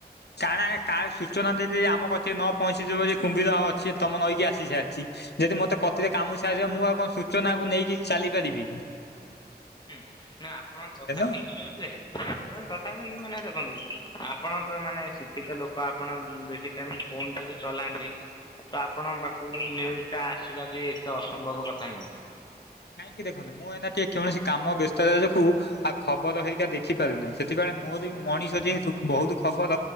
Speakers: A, on the left (about 75°); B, on the left (about 25°).
A: ଚ୍ୟାନେଲ କାଳେ ସୂଚନା ଯଦି ଆମ କତିରେ ନ ପହଞ୍ଚି ଯିବ ଯେ କୁମ୍ଭୀର ଅଛି ତମ ନେଇକି ଆସି ସାରିଛି। ଯଦି ମତେ କତିରେ କାମୁଡ଼ି ସାରିଥିବ ମୁଁ ଆଉ କଣ ସୂଚନାକୁ ନେଇକି ଚାଲି ପାରିବିକି।
B: ହୁଁ ନା ଆପଣଙ୍କ କଥା
A: ହୁଁ
B: ଠିକ୍ ନ୍ୟୁଜ୍ ଯେ <unintelligible> ତଥାବି ଉଁ ମାନେ ଦେଖନ୍ତୁ। ଆପଣ ତ ମାନେ ଶିକ୍ଷିତ ଲୋକୋ ଆପଣ ବେଶୀ ଟାଇମ୍ ଫୋନ୍ ଟା ବି ଚଲାନ୍ତି। ତ ଆପଣଙ୍କ ପାଖୁକୁ ନ୍ୟୁଜ୍ ଟା ଆସିବା ବି ଏତେ ଅସମ୍ଭବ କଥା ନୁହଁ।
A: କାହିଁକି ଦେଖନ୍ତୁ ମୁଁ ଏଇନାକେ କୌଣସି କାମ ବେସ୍ <unintelligible> ଆଉ ଖବର ହେରିକା ଦେଖି ପାରୁନାହିଁ ସେଥିପାଇଁ ମୋରୋ ବି ମଣିଷ ଯେହେତୁ ବୋହୁତ ଖବର